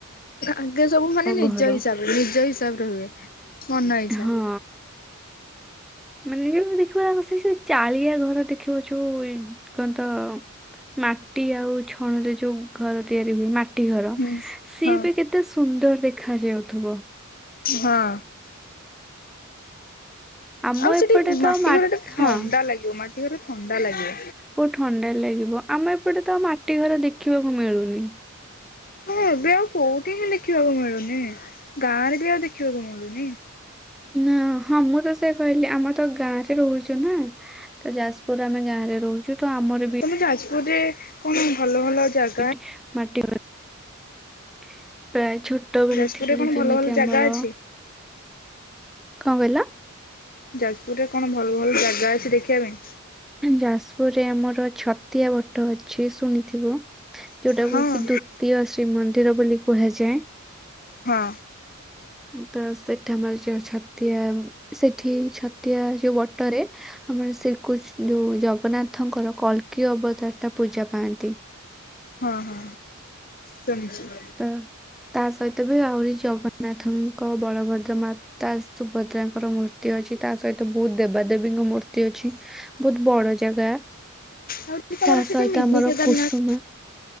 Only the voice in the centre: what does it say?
ଘର
ହଁ ମାନେ ଯୋଉ ମାନେ ଦେଖିବା ବସିକି ସେ ଚାଳିଆ ଘର ଦେଖିବ ଯୋଉ କଣ ତ ମାଟି ଆଉ ଛଣରେ ଯୋ ଯୋଉ ଘର ତିଆରି ହୁଏ ମାଟି ଘର
ସିଏ
ବି କେତେ ସୁନ୍ଦର ଦେଖାଯାଉଥିବ।
ଆମ
ଏପଟେ
ତ ମା
ହଁ
ବହୁତ ଥଣ୍ଡା ଲାଗିବ ଆମେ ଏପଟେ ତ ମାଟି ଘର ଦେଖିବାକୁ ମିଳୁନି।
ନାଁ ହଁ ହଁ ମୁଁ ତ ସେଇଆ କହିଲି ଆମର ତ ଗାଁରେ ରହୁଛୁ ନା। ତ ଯାଜପୁରରେ ଆମେ ଗାଁରେ ରହୁଛୁ ତ ଆମର ବି
ମାଟି ମାଟି <unintelligible> ପ୍ରାୟ ଛୋ ଟବେଳେ
ଥିଲି
ଯେମିତି
ଆମର,
କଣ କହିଲ?
ଯାଜପୁରରେ ଆମର ଛତିଆ ବଟ ଅଛି ଶୁଣିଥିବ। ଯୋଉଟାକୁ
କି ଦ୍ଵୁତୀୟ ଶ୍ରୀମନ୍ଦିର ବୋଲି କୁହାଯାଏ।
ହ <unintelligible> ଉଁ, ତ ସେଠା ଆମର ଯୋଉ ଛତିଆ ସେଠି ଛତିଆ ଯୋଉ ବଟରେ ଆମର ଶ୍ରୀକୃଷ୍ ଯୋଉ ଜଗନ୍ନାଥଙ୍କର କଳ୍କି ଅବତାର ଟା ପୂଜା ପାଆନ୍ତି।
ଅ, ତା ସହିତ ବି ଆହୁରି ଜଗନ୍ନାଥଙ୍କ ବଳଭଦ୍ର ମା ତା ସୁଭଦ୍ରାଙ୍କର ମୂର୍ତ୍ତି ଅଛି, ତା ସହିତ ବହୁତ ଦେବାଦେବୀଙ୍କ ମୂର୍ତ୍ତି ଅଛି। ବହୁତ ବଡ ଜାଗା।
ତା
ସହିତ
ଆମର
କୁସୁମା